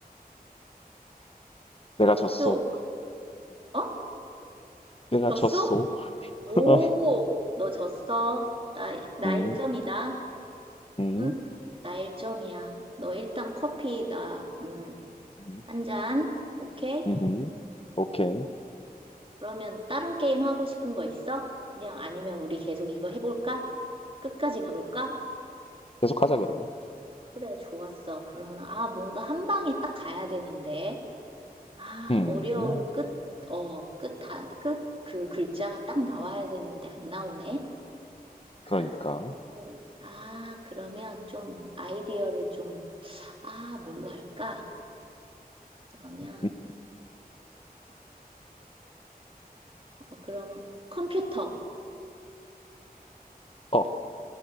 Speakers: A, on the left; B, on the right.
A: 내가 졌어.
B: 표, 어?
A: 내가
B: 졌어?
A: 졌어.
B: 오,
A: <laughs>
B: 너 졌어. 나, 나
A: 음,
B: 1점이다.
A: 음,
B: 응? 나 1점이야. 너 일단 커피, 나, 음,
A: 음,
B: 한 잔. 오케이?
A: 음, 오케이.
B: 그러면 다른 게임 하고 싶은 거 있어? 그냥 아니면 우리 계속 이거 해볼까? 끝까지 가볼까?
A: 계속 하자, 그럼.
B: 그래, 좋았어. 그러면, 아, 뭔가 한 방에 딱 가야 되는데. 아,
A: 음,
B: 어려운 끝, 어, 끝, 단, 끝, 그 글자가 딱 나와야 되는데 안 나오네.
A: 그러니까.
B: 아, 뭐, 아, 그러면 좀 아이디어를 좀, 아, 뭘로 할까? 그러면,
A: 음,
B: 어, 그러면 컴퓨터,
A: 어,